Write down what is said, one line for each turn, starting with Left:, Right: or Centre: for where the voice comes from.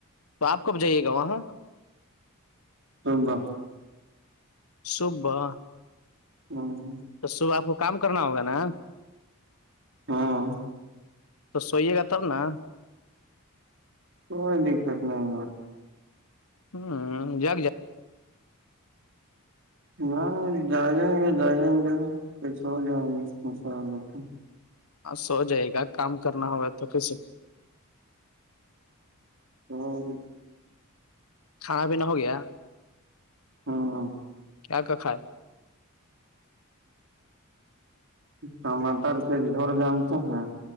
Left: تو آپ کب جائیے گا وہاں
Right: تبا
Left: صب
Right: ہوں <unintelligible>
Left: تو صبح آپ کو کام کرنا ہوگا نا
Right: ہاں
Left: تو سوئیے گا تب نا
Right: کو دقت نہیں
Left: ہوں جاک
Right: نہ جاگیں گے جاگیں گے پس ہو جائیں گے
Left: سو جائے گا کام کرنا ہوگا تو کیسے
Right: ہاں
Left: کھانا پینا ہو گیا
Right: ہاں
Left: کیا کیا کائے
Right: ٹمٹر کے گھیور جانتے ہیں